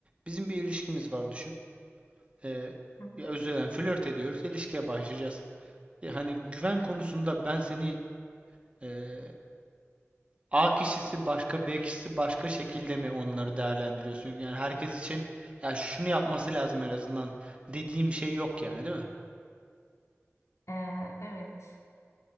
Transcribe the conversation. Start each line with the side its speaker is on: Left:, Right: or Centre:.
Right: bizim bir ilişkimiz var düşün. Ee,
Left: hı.
Right: ya özür dilerim flört ediyoruz ilişkiye başlayacağız. Ya hani güven konusunda ben seni e, A kişisi başka B kişisi başka şekilde mi onları değerlendiriyorsun? Yani herkes için ya şunu yapması lazım en azından dediğim şey yok yani değil mi?
Left: Eee, evet.